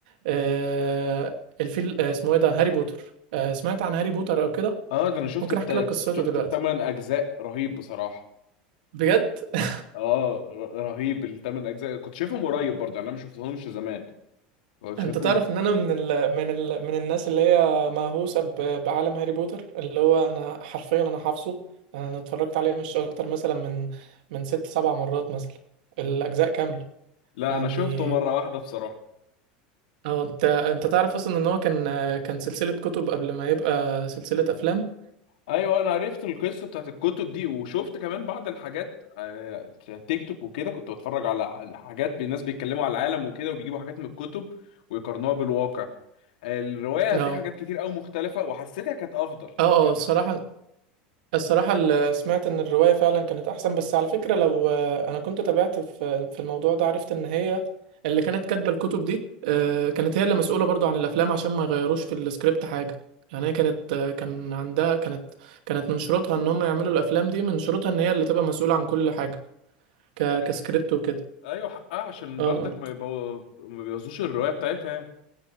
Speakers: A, on the right; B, on the left.
A: آه، الفيل آه، اسمه ايه ده هاري بوتر آه، سمعت عن هاري بوتر او كده
B: اه ده انا شفت
A: ممكن
B: الت...
A: احكي لك قصته
B: شفت
A: دلوقتي
B: الثمان اجزاء رهيب بصراحه
A: بجد <laughs>
B: اه ر- رهيب الثمان اجزاء كنت شايفهم قريب برضه يعني انا ما شفتهمش زمان كنت
A: انت
B: شايفهم
A: تعرف ان انا من ال من ال من الناس اللي هي مهووسه ب- بعالم هاري بوتر اللي هو انا حرفيا انا حافظه انا اتفرجت عليه مش اكتر مثلا من من ست سبع مرات مثلا الاجزاء كامله
B: لا
A: يعني
B: انا شفته مره واحده بصراحه
A: اه انت انت تعرف اصلا ان هو كان كان سلسله كتب قبل ما يبقى سلسله افلام
B: ايوه انا عرفت القصه بتاعت الكتب دي وشفت كمان بعض الحاجات آه، تيك توك وكده كنت بتفرج على على حاجات الناس بيتكلموا على العالم وكده وبيجيبوا حاجات من الكتب ويقارنوها بالواقع الروايه
A: اه
B: فيها حاجات كتير قوي مختلفه وحسيتها كانت افضل
A: اه
B: يعني
A: اه الصراحه الصراحة ال- سمعت إن الرواية فعلا كانت أحسن بس على فكرة لو آه، أنا كنت تابعت في في الموضوع ده عرفت إن هي اللي كانت كاتبة الكتب دي آه، كانت هي اللي مسؤولة برضو عن الأفلام عشان ما يغيروش في السكريبت حاجة يعني هي كانت آه، كان عندها كانت كانت من شروطها إن هم يعملوا الأفلام دي من شروطها إن هي اللي تبقى مسؤولة عن كل حاجة ك
B: ايوه
A: كسكريبت وكده
B: ايوه حقها عشان
A: اه
B: برضك
A: اه
B: ما يبو... ما بيبوظوش الروايه بتاعتها يعني